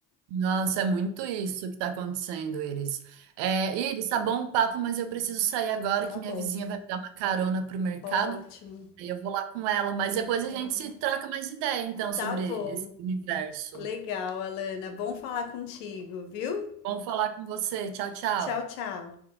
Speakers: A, on the right; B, on the left.
A: Nossa, é muito isso que está acontecendo, Iris. É, Iris, tá bom o papo, mas eu preciso sair agora
B: Tá
A: que
B: bom.
A: minha vizinha vai me dar uma carona pro mercado.
B: Ótimo.
A: Aí eu vou lá com ela, mas depois
B: Legal,
A: a gente
B: Alana.
A: se troca mais ideia, então, sobre
B: Tá bom.
A: esse universo.
B: Legal, Alana. Bom falar contigo, viu?
A: Bom falar com você. Tchau, tchau.
B: Tchau, tchau.